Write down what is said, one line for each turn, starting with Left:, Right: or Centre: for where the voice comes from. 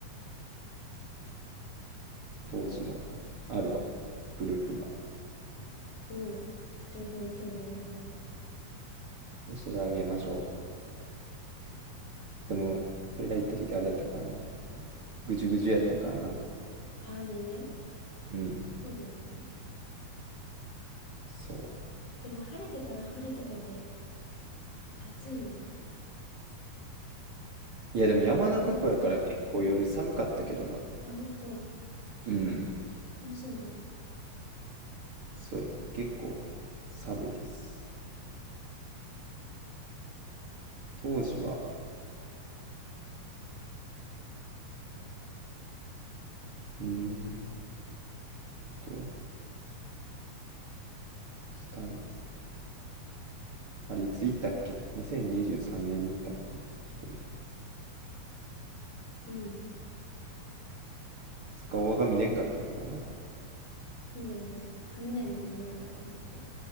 Right: 当時のあるわグループが
Left: おお、情報共有ありがたいわ。
Right: 教えてあげましょうでも俺ら行った時あれやったからなぐじゅぐじゅやったからな
Left: あ雨で
Right: うん
Left: そうだよね。
Right: そう
Left: でも晴れてたら晴れてたで暑いよね。
Right: いやでも山中湖やから結構夜寒かったけどな
Left: 4月末。あ、本当。
Right: うん
Left: 楽しみだな。
Right: そうやで結構寒いです当時はうーんとしたんですけどあれいつ行ったっけ ?2023 年にじゅうさんねんに行ったのか自分ら
Left: うん。
Right: セカオワが見れんかったからな
Left: そうだよね。雷で見れなかったんだっけ。